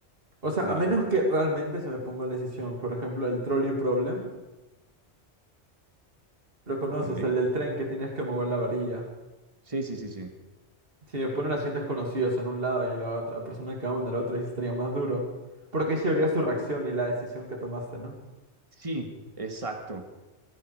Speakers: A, on the right; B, on the right.
A: O sea,
B: Claro,
A: a menos que realmente se me ponga la decisión. Por ejemplo, el trolley problem. Lo conoces,
B: ok.
A: el del tren que tienes que mover la varilla.
B: Sí, sí, sí, sí.
A: Si me ponen así desconocidos en un lado y la otra persona que va en el otro, ahí sí estaría más duro. Porque ahí se vería su reacción y la decisión que tomaste, ¿no?
B: Sí, exacto.